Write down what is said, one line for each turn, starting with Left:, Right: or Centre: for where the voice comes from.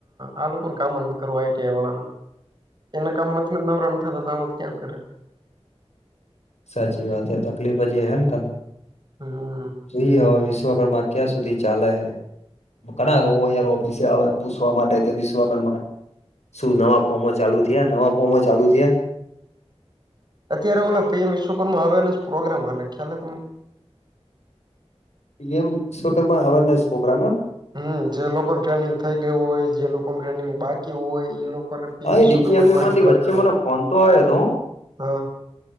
Right: આ લોકોને કામં જ નથ કરવું આઈટીઆઈ વાળાને. એના કામ માથ નવરા નથ થતા તોત ક્યાં કરે.
Left: સાચી વાત હ તકલીફ જે હ ને તને
Right: હમ.
Left: જોઈએ હવે વિશ્વકર્મા ક્યાં સુધી ચાલે હ ના લોકો ઓફિસે આવે પૂછવા માટે કે વિશ્વર શું નવા ફોર્મો ચાલુ થયા નવા ફોર્મો ચાલુ થયા.
Right: અત્યારે ઓ પીએમ વિશ્વકર્મા માં અવેરનેસ પ્રોગ્રામ હાલે ખ્યાલ તમને.
Left: P M Vishwakarma awareness programme એમ.
Right: હમ જે લોકો ટ્રેનિંગ થઈ ગયું હોય જે લોકો ટ્રેનિંગ બાકી હોય એ લોકોને પીએમ
Left: હા
Right: વિશ્વકર્મા
Left: એ ડીપીએમયુ
Right: થી માહિતગાર
Left: માંથી વચ્ચે
Right: કર
Left: મને ફોન તો આવ્યો હતો
Right: હા